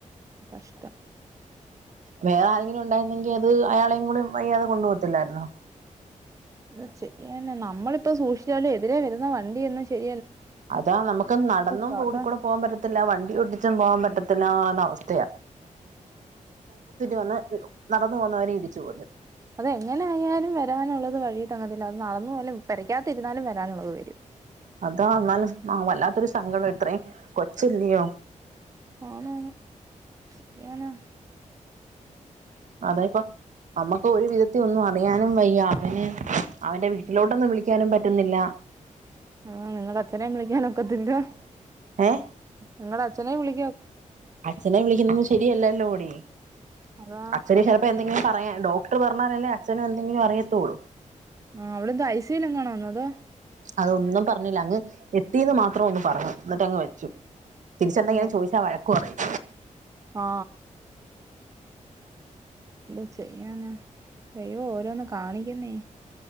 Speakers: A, on the right (about 25°); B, on the right (about 70°).
A: കഷ്ടം
B: വേറെ ആരെങ്കിലും ഒണ്ടാരുന്നെങ്കി അത് അയാളെയും കൂടി വയ്യാതെ കൊണ്ട് പോകത്തില്ലാരുന്നോ
A: ഇന്നുച്ചയ്ക്കെന്നെ നമ്മളി പ്പോ സുഷിച്ചാലും എതിരെ വരുന്ന വണ്ടിയൊന്നും ശെരി
B: അതാ നമുക്കും നടന്നും
A: കഥ
B: റോഡികൂടെ പോവാപറ്റത്തില്ല വണ്ടി ഓടിച്ചും പോവാപറ്റ ത്തില്ലന്നവസ് വന്ന് നടന്നു പോകുന്നവരെ ഇടിച്ചു കൊല്ലും
A: അതെങ്ങനൊയാലും വരാനൊള്ളത് വഴിയി തങ്ങാ ത്തില്ല അത് നടന്നു പോയാലും പെരാക്കത്തിരുന്നാലും വരാനൊള്ളത് വരും.
B: അതാ ന്നാലും ആ വല്ലാത്തൊരു സങ്കടം ഇത്രേം കൊച്ചല്യോ
A: ആണോന്ന് ചെയ്യാനാ
B: അതായിപ്പൊ നമ്മുക്ക് ഒരു വിധത്തി ഒന്നും അറി റയാനും വയ്യ അവന് - അവന്റെ വീട്ടിലോട്ടൊന്നും വിളിക്കാനും പറ്റുന്നില്ല-
A: ഉം നിങ്ങടെ അച്ഛനേം വിളിക്കാൻ ഒക്കത്തില്ല-
B: ഏ
A: നിങ്ങളെ അച്ഛനെ വിളി
B: അച്ഛനെ വിളിക്കുന്ന ശരിയല്ലല്ലോ ടീ
A: അതാ
B: അച്ഛന് ചിലപ്പോ എന്തെങ്കിലും പറയാൻ ഉണ്ടാവും- പറഞ്ഞാലല്ലേ അഛന് എന്തെങ്കിലും അറിയത്തോളു
A: ആ അവള് എന്താ ഐസിയിലെങ്ങാണോ തോ
B: അതൊന്നും പറഞ്ഞില്ല അങ്ങ് എത്തീന്ന് മാത്രം ഒന്ന് പറഞ്ഞു എന്നിട്ടങ്ങ് വച്ചു തിരിച്ചന്തെിലും
A: ഓ
B: ചോദിച്ചാൽ വഴക്ക് പറയും
A: ആ എന്ത് ചെയ്യാനാ ദൈവം ഓരോന്ന് കാണിക്കുന്നേ